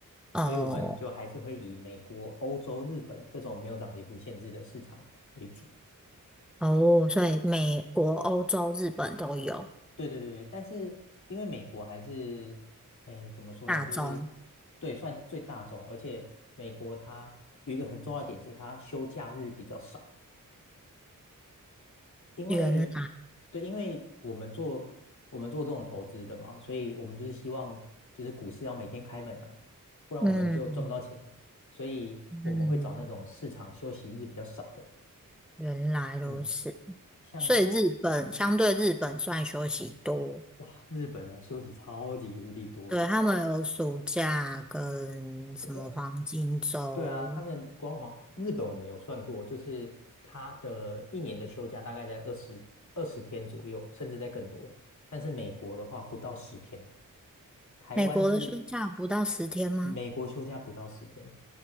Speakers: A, in the centre; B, on the left (about 60°).
A: 哦
B: 所以我们就还是会以美国、欧洲、日本这种没有涨跌幅限制的市场为主。
A: 哦，所以美国、欧洲、日本都有
B: 对对对对，但是因为美国还是，哎，怎么说呢？
A: 大宗，
B: 就是对，算最大众，而且美国它有一个很重要的点是它休假日比较少。因为
A: 原来，
B: 对，因为我们做我们做这种投资的嘛，所以我们就是希望就是股市要每天开门啊，不然我们就赚不到钱嘛。
A: 嗯
B: 所以我们会找那种市场休息日比较少的，
A: 嗯，原来如此。
B: 嗯，像
A: 所以日本相对日本算休息多，
B: 嗯哇，日本的休息超级无敌多了
A: 对，他们有暑假跟什么黄金周。
B: 对呃对啊，他们光皇日本我们有算过，就是他的一年的休假大概在二十二十天左右，甚至在更多。但是美国的话不到十天，台湾是
A: 美国的休假不到十天吗？
B: 美国休假不到十天，